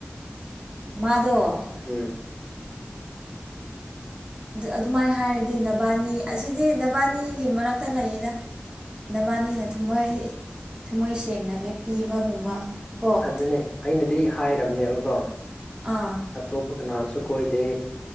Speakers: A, on the right (about 25°); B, on the left (about 25°).
A: ꯃꯥꯗꯣ
B: ꯎꯝ
A: ꯑꯗꯨꯃꯥꯏꯅ ꯍꯥꯏꯔꯗꯤ ꯅꯕꯥꯅꯤ ꯑꯁꯤꯗꯤ ꯅꯕꯥꯅꯤꯒꯤ ꯃꯔꯛ ꯇꯂꯩꯌꯦꯗ ꯅꯕꯥꯅꯤꯅ ꯊꯝꯃꯣꯏ ꯊꯃꯣꯏ ꯁꯦꯡꯅ ꯂꯦꯞꯄꯤꯕꯒꯨꯝꯕ ꯀꯣ
B: ꯑꯗꯨꯅꯦ ꯑꯩꯅꯗꯤ ꯍꯥꯏꯔꯕꯅꯦꯕꯀꯣ
A: ꯑꯥ
B: ꯑꯇꯣꯞꯄ ꯀꯅꯥꯝꯁꯨ ꯀꯣꯏꯗꯦ